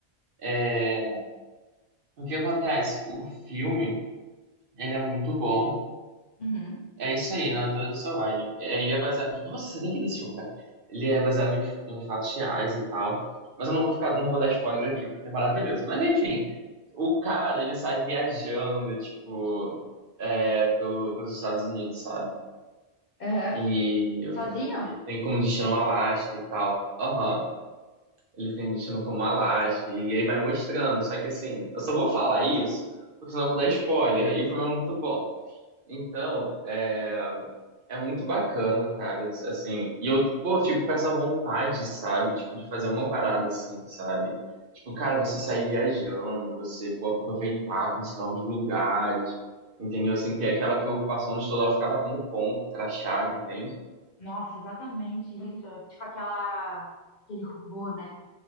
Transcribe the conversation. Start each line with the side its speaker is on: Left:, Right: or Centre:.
Right: É, o que acontece? O filme, ele é muito bom.
Left: Uhum.
Right: É isso aí, na Natureza Selvagem. É, ele é baseado. Nossa, você tem que ver esse filme, cara. Ele é baseado em, em fatos reais e tal. Mas eu não vou ficar, não vou dar spoiler aqui, porque ele é maravilhoso. Mas enfim, o cara, ele sai viajando, tipo, é, pelo, pelos Estados Unidos, sabe?
Left: Aham.
Right: E
Left: Sozinho?
Right: ele tem como destino o Alasca e tal. Aham. Ele tem destino como Alasca. E aí vai mostrando. Só que assim, eu só vou falar isso, porque senão eu vou dar spoiler. E o filme é muito bom. Então, é. É muito bacana, cara, assim, e eu, pô, fico com essa vontade, sabe, tipo, de fazer uma parada assim, sabe? Tipo, cara, você sair viajando, você, pô, aproveitar, conhecer novos lugares, entendeu? Sem ter aquela preocupação de toda hora ficar batendo ponto, crachá, entende?
Left: Nossa, exatamente isso. Tipo, aquela... aquele robô, né?